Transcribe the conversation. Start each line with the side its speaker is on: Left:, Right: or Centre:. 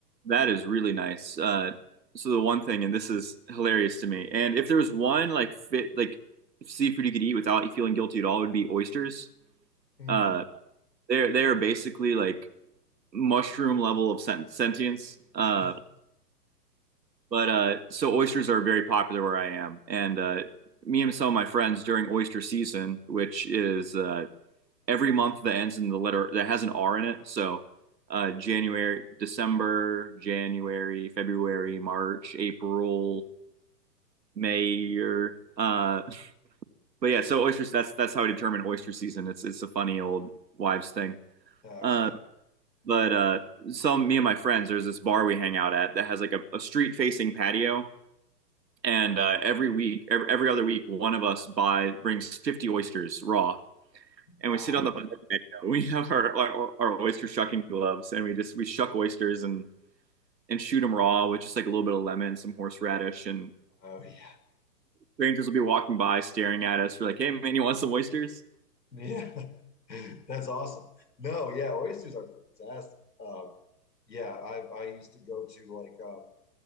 Right: that is really nice. Uh, so the one thing, and this is hilarious to me, and if there was one like fit like seafood you could eat without feeling guilty at all, it would be oysters.
Left: Hmm.
Right: Uh, they're they're basically like mushroom level of sen sentience. Uh,
Left: <laughs>
Right: but uh, so oysters are very popular where I am, and uh, me and some of my friends during oyster season, which is uh, every month that ends in the letter that has an R in it. So uh, January, December, January, February, March, April, May, or uh, but yeah. So oysters. That's that's how I determine oyster season. It's it's a funny old wives thing.
Left: Okay.
Right: Uh, but uh, some me and my friends, there's this bar we hang out at that has like a, a street facing patio. And uh, every week, every, every other week, one of us buy brings 50 oysters raw
Left: Wow.
Right: and we sit on the patio. <laughs> We have our, like, our our oyster shucking gloves, and we just we shuck oysters and and shoot them raw with just like a little bit of lemon, some horseradish, and
Left: Oh yeah.
Right: strangers will be walking by, staring at us. We're like, "Hey, man, you want some oysters?
Left: Yeah. <laughs> That's awesome. No, yeah, oysters are fantastic. Um, yeah, I I used to go to like uh,